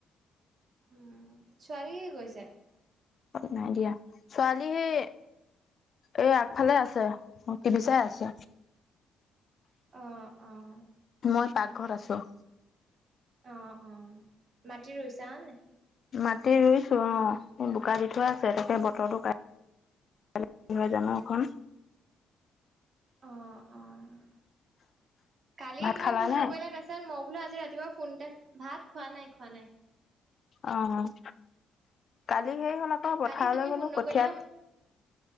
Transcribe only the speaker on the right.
উম, ছোৱালীয়ে কি কৰিছে?
অ', অ',
অ' অ' মাটি ৰুইছান নে?
অ' অ' কালি
তুমি
ফোন
নকৰিলা তাৰপিছত মই বোলো আজি ৰাতিপুৱা ফোন এটা, ভাত খোৱা নাই খোৱা নাই।
কালি তুমি
ফোন নকৰিলা